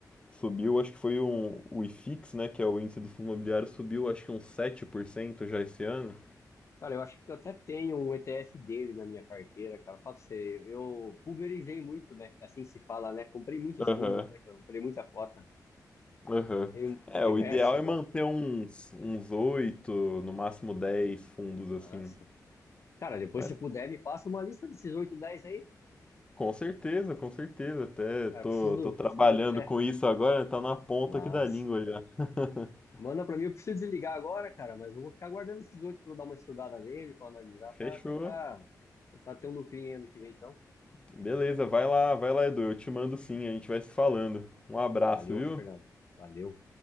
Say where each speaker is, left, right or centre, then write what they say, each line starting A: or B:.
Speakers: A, on the left (about 15°); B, on the left (about 45°).
A: Subiu, acho que foi um, o IFIX, né? Que é o índice do fundo imobiliário, subiu acho que uns 7% já esse ano.
B: Cara, eu acho que eu até tenho um ETF dele na minha carteira, cara. Fala pra você, eu pulverizei muito, né? Assim se fala, né? Comprei muitos
A: Aham,
B: fundos, né? cara? Comprei muita cota.
A: aham.
B: Então eu tenho
A: É,
B: diversos
A: o ideal é manter
B: lá.
A: uns, uns 8 no máximo 10 fundos assim.
B: Massa. Cara, depois
A: Mas
B: se puder, me passa uma lista desses 8 10 aí.
A: Com certeza, com certeza. Até tô,
B: Cara, preciso,
A: tô trabalhando
B: preciso até.
A: com isso agora, tá na ponta
B: Massa.
A: aqui da língua já. <laughs>
B: Manda pra mim, eu preciso desligar agora, cara, mas eu vou ficar guardando esses oito pra eu dar uma estudada nele, pra analisar, pra
A: Fechou.
B: tentar, tentar ter um lucrinho ano que vem, então.
A: Beleza, vai lá, vai lá, Edu. Eu te mando sim, a gente vai se falando. Um abraço,
B: Valeu,
A: viu?
B: Fernando. Valeu.